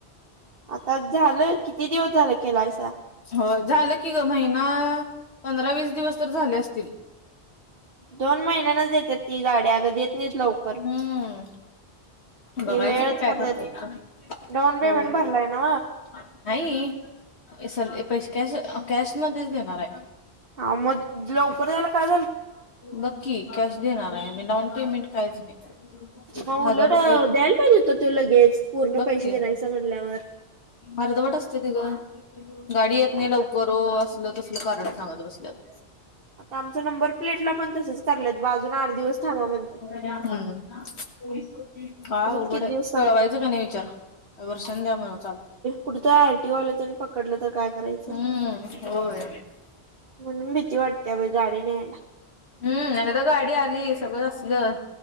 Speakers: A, on the right; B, on the left.
A: आता झालं किती दिवस झालं केलायसा.
B: हो झालं की ग महिना पंधरा वीस दिवस तर झाले असतील
A: दोन महिन्यानच देतात ती गाड्या अगं देत नाहीत लवकर.
B: हम्म. बघायचं
A: ती वेळच
B: की काय
A: करतात
B: करतोय इथ
A: डाऊन पेमेंट
B: होय
A: भरलाय ना
B: <inaudible> नाही स पैस कॅश कॅश मध्येच देणारय
A: हा मत. लवकर यायला काय.
B: बघकी कॅश देणाराय मी डाउन पेमेंट काहीच नाही.
A: मग उलट
B: हजार रुपये
A: द्यायला पाहिजे होत त्यो लगेच पूर्ण
B: बघ
A: पैसे
B: की
A: दिलायसा म्हणल्यावर.
B: अर्धवट असत्याति गं गाडी येत
A: काय
B: नाही लवकर
A: ना
B: ओ असलं तसलं कारण सांगत बसल्यात.
A: आता आमचं नंबर प्लेटला पण तसंच करल्यात बघ अजून आठ दिवस थांबा म्हणत्यात.
B: <unintelligible> काय
A: अजून
B: अवघडाय
A: किती दिवस थांब
B: पळवायचं क नाय विचार वर्षान द्या म्हणाव चालतंय
A: कुठतर आरटी वाल्या <unintelligible> पकडलं तर काय करायचं.
B: हम्म होय
A: <inaudible> म्हणून भीती वाटत्या बई गाडी न्यायला.
B: हम्म एकदा गाडी आली सगळ असलं.